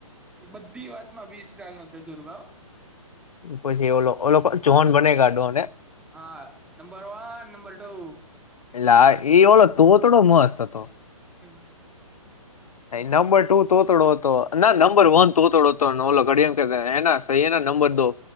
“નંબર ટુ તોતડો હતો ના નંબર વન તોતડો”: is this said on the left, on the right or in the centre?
Left